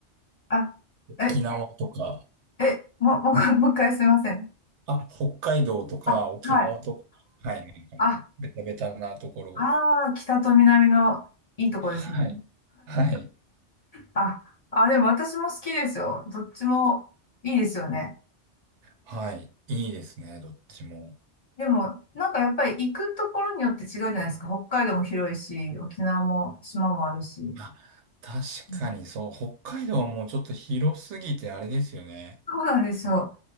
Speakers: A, on the left (about 35°); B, on the right (about 75°).
A: あ、え、
B: 沖縄とか、
A: え、もう、<laughs> もう、もう一回すいません。
B: あ、北海道とか、
A: あ、
B: 沖縄とか、
A: はい。
B: はい、なんかもう、
A: あ、
B: ベタベタなところ。
A: あー、北と南のいいとこですね。
B: はい。はい。
A: あ、あ、でも私も好きですよ。どっちもいいですよね。
B: はい。いいですね、どっちも。
A: でも、なんかやっぱり行くところによって違うじゃないですか。北海道も広いし、沖縄も島もあるし。
B: まあ、確かにそう、
A: うん。
B: 北海道はもうちょっと広すぎてあれですよね。
A: そうなんですよ。